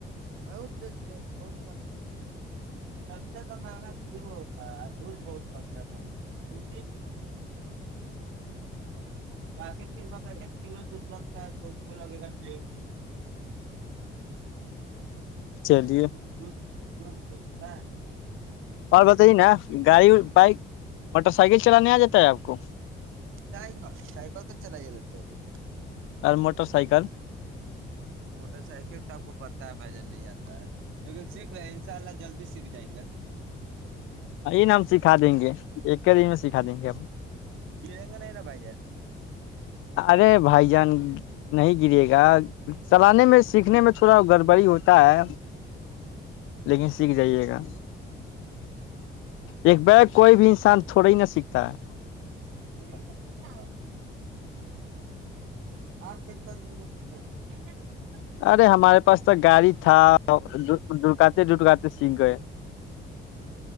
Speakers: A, on the right; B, on the left.
A: بت بت مز سب سے تو ما جیو ہوتا دور بہت س س م بقی م ایک کل د وگتا لگے گا ج ہ <inaudible>
B: چلیے
A: ج ج تو ہاں
B: اور بتائیے نا گاڑی بائک موٹر سائیکل چلانے آ جاتا ہے آپ کو
A: سائیکل سائیکل تو چلائیے لیتے ہیں بھائی جان،
B: اور مٹر سائکل
A: موٹر سائیکل تو آپ کو پ بھجن نہیں آتا ہے لیکن سیکھ رہے ان شاء اللہ جلدی سیکھ جائیں گا
B: ا نا ہم سکھا دیں گے ایک ہی دن میں سکھا دیں گے ہم
A: گ گا نہیں نا پائ جے
B: ارے بھائی جان نہیں گرے گا چلانے میں سیکھنے میں تھوڑا گڑبڑی ہوتا ہے لیکن سیکھ جائیے گا
A: جان
B: ایک ب کوئی بھی انسان تھوڑا ہی نہ سیکھتا ہے
A: آپ <unintelligible>
B: ارے ہمارے پاس تو گاڑی تھا ڈکاتے ڈٹکاتے۔ <unintelligible>